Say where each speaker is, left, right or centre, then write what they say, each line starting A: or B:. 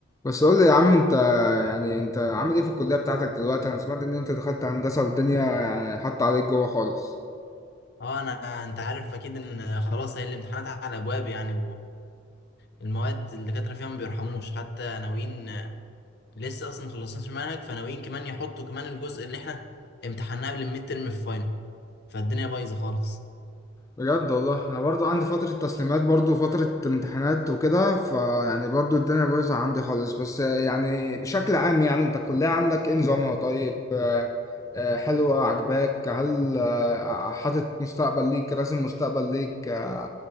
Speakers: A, on the left; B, on the left.
A: بس قول لي يا عم انت يعني انت عامل ايه في الكلية بتاعتك دلوقتي انا سمعت ان انت دخلت هندسة والدنيا يعني حاطة عليك جوه خالص
B: اه انا انت عارف اكيد ان خلاص هي الامتحانات على ابواب يعني والمواد الدكاتره فيها ما بيرحموش حتى ناويين لسه اصلا ما خلصناش المنهج فناويين كمان يحطوا كمان الجزء اللي احنا امتحناه قبل الميد ترم في فاينل فالدنيا بايظه خالص
A: بجد والله انا برضو عندي فترة تسليمات برضو فترة امتحانات وكده فيعني برضو الدنيا بايظة عندي خالص بس يعني بشكل عام يعني انت الكلية عندك ايه نظامها طيب آه، آه، حلوة عجباك هل آه، حاطط مستقبل ليك راسم مستقبل ليك آه،